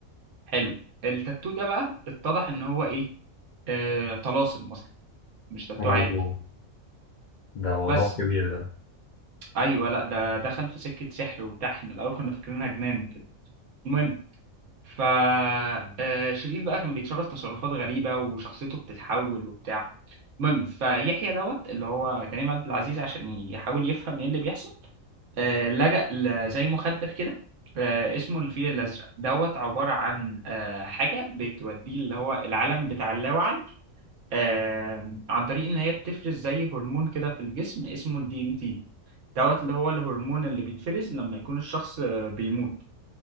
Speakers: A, on the right (about 65°); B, on the left (about 85°).
A: حلو التاتو ده بقى اتضح ان هو ايه آه طلاسم اصلا مش تاتو
B: أوه.
A: عادي
B: ده موضوع
A: بس
B: كبير ده
A: ايوه لا ده دخل في سكه سحر وبتاع احنا الاول كنا فاكرينها جنان وكده المهم ف آه، شريف بقى كان بيتصرف تصرفات غريبه وشخصيته بتتحول وبتاع المهم فيحيى دوت اللي هو كريم عبد العزيز عشان يحاول يفهم ايه اللي بيحصل آه، لجأ ل- زي مخدر كده آه، اسمه الفيل الأزرق دوت عبارة عن آه، حاجة بتوديه اللي هو العالم بتاع اللاوعي آه، عن طريق إن هي بتفرز زي هرمون كده في الجسم اسمه الدي ام تي دوت اللي هو الهرمون اللي بيتفرز لما يكون الشخص آه، بيموت